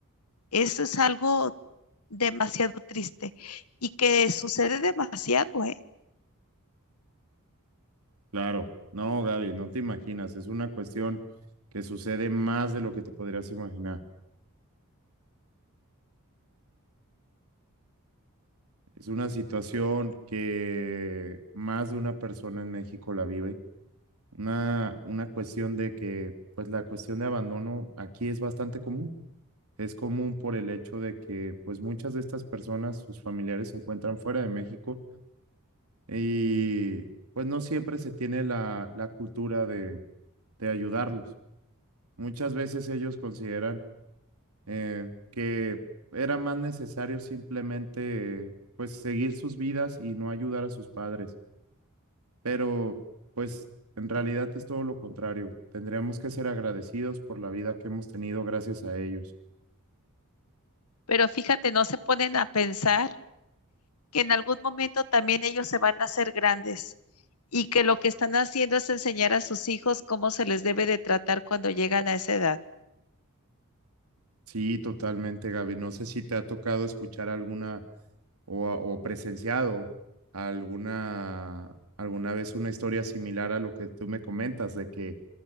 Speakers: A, on the left (about 80°); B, on the right (about 75°).
A: Eso es algo demasiado triste y que sucede demasiado, ¿eh?
B: Claro, no, Gaby, no te imaginas, es una cuestión que sucede más de lo que te podrías imaginar. Es una situación que más de una persona en México la vive. Una, una cuestión de que, pues la cuestión de abandono aquí es bastante común. Es común por el hecho de que, pues muchas de estas personas, sus familiares se encuentran fuera de México Y pues no siempre se tiene la, la cultura de, de ayudarlos. Muchas veces ellos consideran eh, que era más necesario simplemente pues seguir sus vidas y no ayudar a sus padres. Pero pues en realidad es todo lo contrario. Tendríamos que ser agradecidos por la vida que hemos tenido gracias a ellos.
A: Pero fíjate, no se ponen a pensar. que en algún momento también ellos se van a hacer grandes y que lo que están haciendo es enseñar a sus hijos cómo se les debe de tratar cuando llegan a esa edad.
B: Sí, totalmente, Gaby. No sé si te ha tocado escuchar alguna o, a- o presenciado alguna, alguna vez una historia similar a lo que tú me comentas, de que